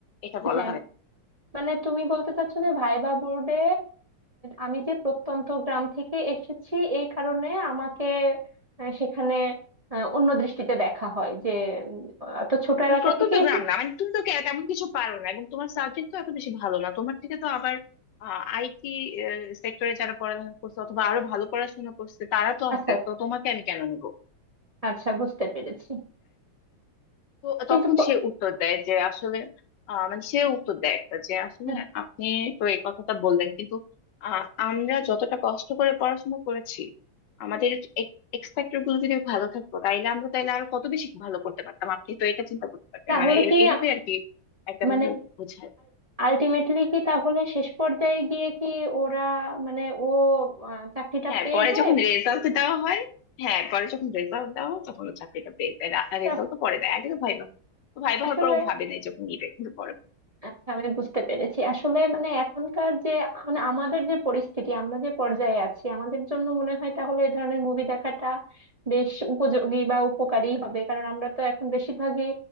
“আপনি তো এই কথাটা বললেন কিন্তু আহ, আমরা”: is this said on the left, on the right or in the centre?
Left